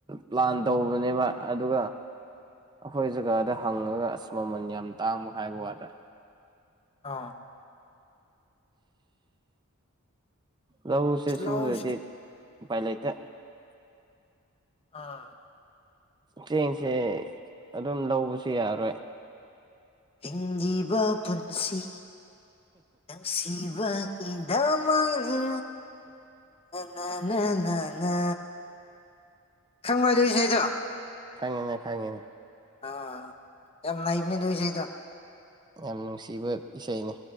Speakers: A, on the right; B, on the left.
A: ꯄ꯭ꯂꯥꯟ ꯇꯧꯕꯅꯦꯕ ꯑꯗꯨꯒ ꯑꯩꯈꯣꯏ ꯖꯒꯥꯗ ꯍꯪꯉꯒ ꯑꯁ ꯃꯃꯜ ꯌꯥꯝ ꯇꯥꯡꯕ ꯍꯥꯏꯕ ꯋꯥꯗ
B: ꯑꯥ
A: ꯂꯧꯁꯦ ꯁꯨꯔꯗꯤ
B: ꯂꯧꯁꯦ
A: ꯎꯄꯥꯏ ꯂꯩꯇꯤ
B: ꯑꯥ
A: ꯆꯦꯡꯁꯦ ꯑꯗꯨꯝ ꯂꯧꯕꯁꯨ ꯌꯥꯔꯣꯏ
B: ꯍꯤꯡꯂꯤꯕ ꯄꯨꯟꯁꯤ ꯅꯨꯡꯁꯤꯕ ꯗꯃꯛꯅꯤ ꯅꯥ ꯅꯥ ꯅꯥ ꯈꯪꯕ ꯑꯗꯨꯏ ꯏꯁꯩꯗꯣ
A: ꯈꯪꯉꯤꯅꯦ ꯈꯪꯉꯤꯅꯦ
B: ꯑꯥ ꯌꯥꯝ ꯉꯩꯕꯅꯦ ꯅꯣꯢ ꯁꯤꯗꯣ
A: ꯌꯥꯝ ꯅꯨꯡꯁꯤꯕ ꯏꯁꯩꯅꯦ